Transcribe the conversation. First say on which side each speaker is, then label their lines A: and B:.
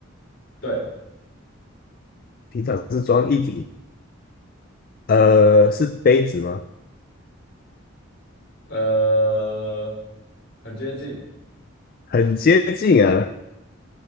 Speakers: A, on the left; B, on the left.
A: 对，
B: 平常是装液体。呃，是杯子吗？
A: 呃，很接近，
B: 很接近啊，